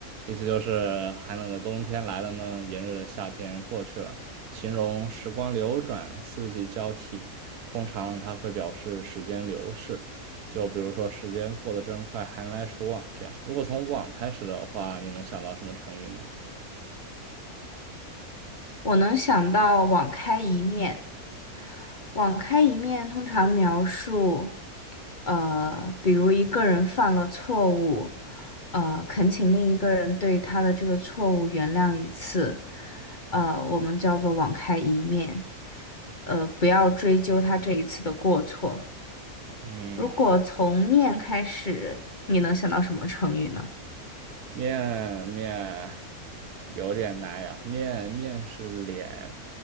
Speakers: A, on the right; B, on the left.
A: 意思就是寒冷的冬天来了呢，炎热的夏天过去了，形容时光流转，四季交替，通常它会表示时间流逝，就比如说时间过得真快，寒来暑往这样。如果从往开始的话，你能想到什么成语呢？
B: 我能想到网开一面。网开一面通常描述，呃，比如一个人犯了错误，呃，恳请另一个人对他的这个错误原谅一次，呃，我们叫做网开一面，呃，不要追究他这一次的过错。
A: 嗯。
B: 如果从面开始，你能想到什么成语呢？
A: 面面有点难呀，面面是脸，